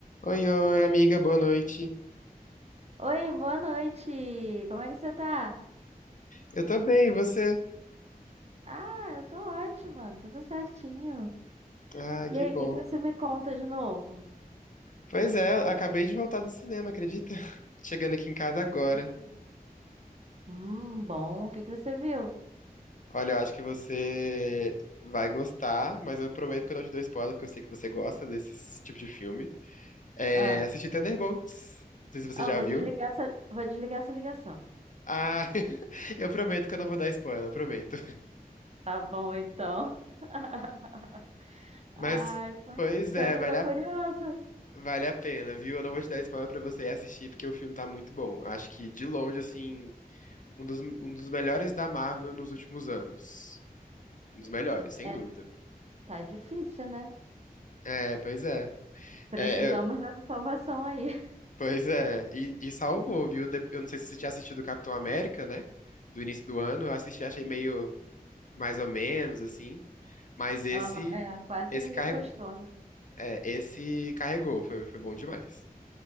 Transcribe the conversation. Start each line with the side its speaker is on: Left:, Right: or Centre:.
Left: Oi, oi, amiga, boa noite.
Right: Oi, boa noite. Como é que você tá?
Left: Eu tô bem, e você?
Right: Ah, eu tô ótima, tudo certinho.
Left: Ah,
Right: E
Left: que
Right: aí,
Left: bom.
Right: o que que você me conta de novo?
Left: Pois é, eu acabei de voltar do cinema, acredita? <laughs> Chegando aqui em casa
Right: Hum,
Left: agora.
Right: Hum, bom. O que que você viu?
Left: Olha, eu acho que você vai gostar, mas eu prometo que eu não te dou spoiler, porque eu sei que você gosta desse tipo de filme. É,
Right: Ah,
Left: assisti Thunderbolts. Não sei se você
Right: ah,
Left: já
Right: eu vou
Left: viu.
Right: desligar essa, vou desligar essa ligação.
Left: Ah, <laughs> eu prometo que eu não vou dar spoiler, eu prometo.
Right: Tá bom, então. <laughs>
Left: Mas,
Right: Ai, poxa,
Left: pois é,
Right: pior que
Left: vale
Right: eu tô
Left: a,
Right: curiosa.
Left: vale a pena, viu? Eu não vou te dar spoiler pra você ir assistir, porque o filme tá muito bom. Acho que, de longe, assim. Um dos, um dos melhores da Marvel nos últimos anos. Um dos melhores, sem
Right: É,
Left: dúvida.
Right: tá difícil, né?
Left: É, pois é.
Right: Precisamos
Left: É, eu-
Right: dessa salvação aí. <laughs>
Left: pois é. E, e salvou, viu? Dep- Eu não sei se você tinha assistido Capitão América, né? Do início do ano. Eu assisti, achei meio mais ou menos, assim. Mas esse,
Right: Aham, é, quase
Left: esse
Right: ninguém
Left: carregou.
Right: gostou, né?
Left: É, esse carregou. Foi, foi bom demais.